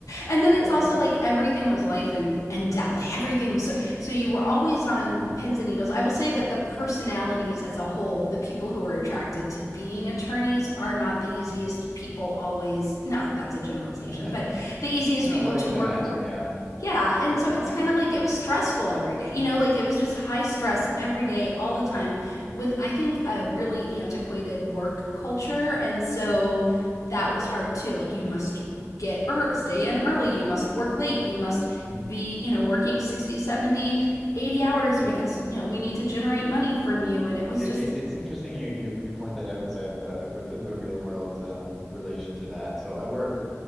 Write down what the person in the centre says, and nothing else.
yeah.
hmm
hmm
<laughs>
No,
but I
can
imagine.
Yeah.
Yeah,
I
I
can
yeah.
Mm,
right.
hmm
Yeah.
It,
it it's interesting you you you point that out because I have a, I have a bit of a real world um relation to that. So I work